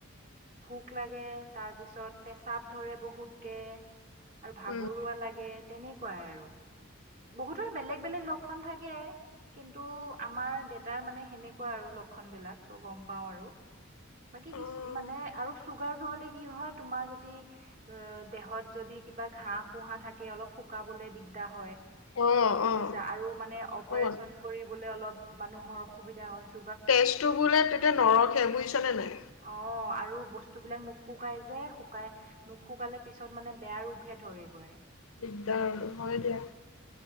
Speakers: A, on the right (about 40°); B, on the left (about 85°).
A: ভোক লাগে, তাৰ পিছত পেচাব ধৰে বহুত কে আৰু ভাগৰুৱা
B: উম,
A: লাগে, তেনেকুৱাই আৰু। বহুতৰে বেলেগ বেলেগ লক্ষণ থাকে। কিন্তু আমাৰ দেতাৰ মানে সেনেকুৱা আৰু লক্ষণ বিলাক। ত' গম পাওঁ আৰু। বাকী
B: অ',
A: কিছ মানে আৰু চুগাৰটো হ'লে কি হয় তোমাৰ যদি, অ দেহত যদি কিবা ঘাঁ ফুহা থাকে অলপ শুকাবলে দিগদাৰ হয়।
B: অ',
A: গম
B: অ'।
A: পাইছা আৰু মানে অপাৰেচন
B: অ',
A: কৰিবলে অলপ মানুহৰ অসুবিধা হৈছে।
B: তেজটো বোলে তেতিয়া নৰসে, বুইছানে নাই?
A: অ আৰু বস্তুবিলাক নুশুকাই যে শুকাই নুশুকালে পিছত মানে বেয়া ৰূপহে ধৰে গৈ।
B: দিগদাৰ আৰু হয় দিয়া।